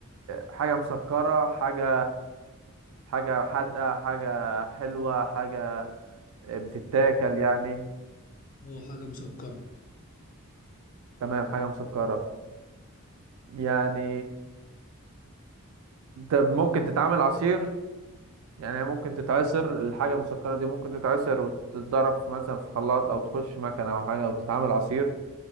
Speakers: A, on the right; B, on the left.
A: حاجة مسكرة حاجة حاجة حادقة حاجة حلوة حاجة آه، بتتاكل يعني
B: هو حاجة مسكرة
A: تمام حاجة مسكرة يعني طب ممكن تتعمل عصير يعني ممكن تتعصر الحاجة المسكرة دي ممكن تتعصر وتتضرب مثلا في خلاط أو تخش مكنة أو حاجة وتتعمل عصير